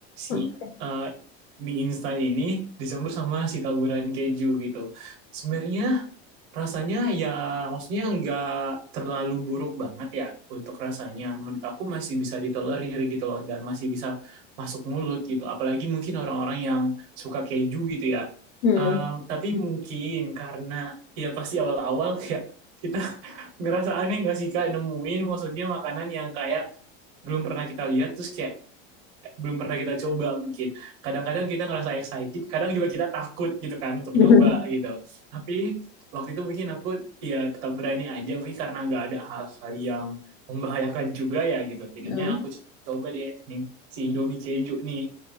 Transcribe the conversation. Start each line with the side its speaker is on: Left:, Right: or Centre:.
Right: si
Left: Oke.
Right: eh, mie instan ini dicampur sama si taburan keju gitu. Sebenarnya Rasanya ya maksudnya nggak terlalu buruk banget ya untuk rasanya. Menurut aku masih bisa ditolerir gitu loh dan masih bisa masuk mulut gitu. Apalagi mungkin orang-orang yang suka keju gitu ya.
Left: Mhm.
Right: Um, tapi mungkin karena ya pasti awal-awal kayak kita <laughs> ngerasa aneh nggak sih Kak nemuin maksudnya makanan yang kayak belum pernah kita lihat terus kayak belum pernah kita coba mungkin. Kadang-kadang kita ngerasa excited, kadang juga kita takut gitu kan untuk
Left: <laughs>
Right: nyoba gitu. Tapi waktu itu mungkin aku ya tetap berani aja mungkin karena nggak ada hal-hal yang membahayakan juga ya gitu. Jadinya
Left: Mm.
Right: aku coba deh nih si Indomie keju nih.